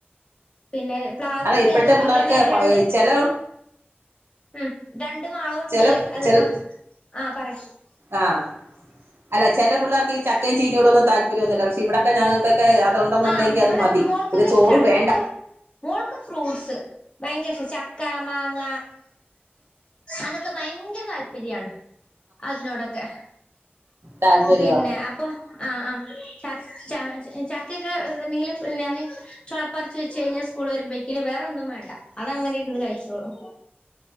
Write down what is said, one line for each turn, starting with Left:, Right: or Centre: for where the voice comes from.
Left: പിന്നെ പ്ലാവ്
Right: അതാ
Left: ണ്ട്
Right: ഇപ്പോഴത്തെ
Left: അതേപോലെ
Right: പിള്ളേർക്ക്
Left: തന്നെ രണ്ടും.
Right: ചെല
Left: ഉം രണ്ട് മാവുണ്ട്
Right: ചെല
Left: അത്പ്പോ
Right: ചെൽ
Left: ആഹ് പറെ
Right: ആഹ് അല്ല ചെല പിള്ളേർക്ക് ചക്ക ചീനോടൊന്നും താല്പര്യല്ല പക്ഷെ ഇവിടൊക്കെ ഞങ്ങൾക്കൊക്കെ അത്ണ്ടെന്നുണ്ടെങ്കിൽ
Left: ആഹ്
Right: അത്
Left: ഇവിടെ
Right: മതി
Left: മോൾക്കൊക്കെ
Right: പിന്നെ ചോറു
Left: ഇഷ്ടാണ്
Right: വേണ്ട.
Left: മോൾക്ക് മോൾക്ക് ഫ്രൂട്ട്സ് ഭയങ്കര ഇഷ്ട ചക്ക മാങ്ങ അതൊക്കെ ഭയ്ങ്കര താല്പര്യണ്. അതിനോടൊക്കെ
Right: താല്പര്യ
Left: പിന്നെ അപ്പൊ ആഹ് ആഹ് ച ച്ച ചക്കൊക്കെ ന്ത്ണ്ടെങ്കില് ഞാന് ചൊളപ്പർച്ച് വെച്ചഴിഞ്ഞാൽ സ്കൂൾ വരുമ്പോഴേക്കിന് വേറെ ഒന്നും വേണ്ട അത അങ്ങനെര്ന്ന് കഴിച്ചോളും.